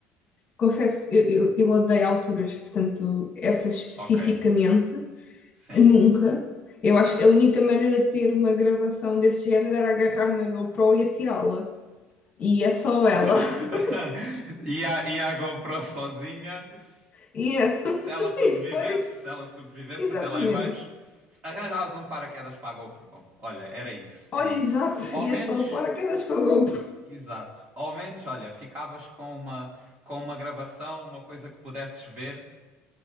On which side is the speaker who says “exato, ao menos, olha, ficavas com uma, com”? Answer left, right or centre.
Right